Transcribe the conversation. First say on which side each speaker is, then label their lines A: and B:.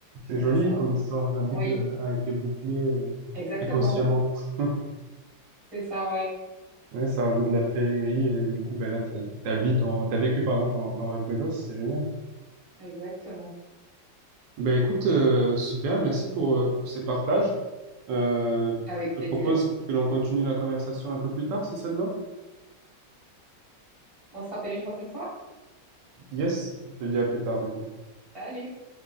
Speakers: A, on the right; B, on the right.
A: c'est
B: Donc
A: joli
B: ça, c'est un...
A: comme histoire. La boucle
B: Oui,
A: a été bouclée euh,
B: exactement.
A: inconsciemment. <laughs>
B: C'est ça, ouais.
A: Ouais, ça rajoute de la féerie. Et du coup, ben là, t'as t'as vu ton, t'as vécu, pardon, ton, ton rêve de gosse. C'est génial.
B: Exactement.
A: Ben écoute, euh, super, merci pour, euh, pour ces partages. Euh,
B: Avec
A: je
B: plaisir.
A: te propose que l'on continue la conversation un peu plus tard, si ça te va.
B: On se rappelle une prochaine fois.
A: Yes, je te dis à plus tard du coup.
B: Salut!